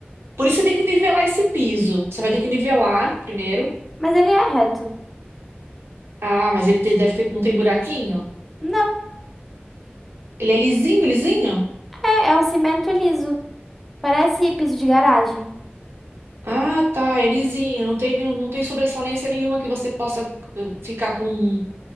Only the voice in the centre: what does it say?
Mas ele é reto.
Não,
é, é um cimento liso. Parece piso de garagem.